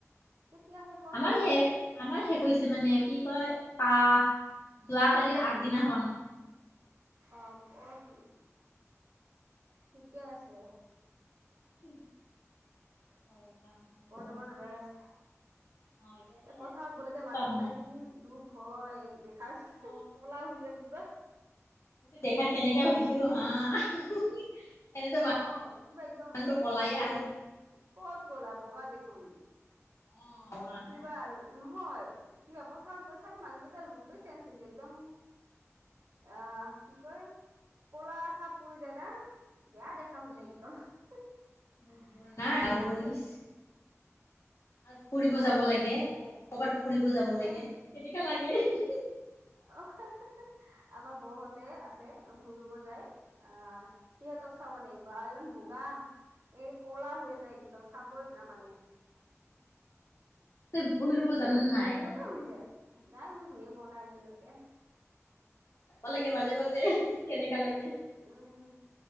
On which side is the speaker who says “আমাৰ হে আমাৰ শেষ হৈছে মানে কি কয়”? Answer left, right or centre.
Left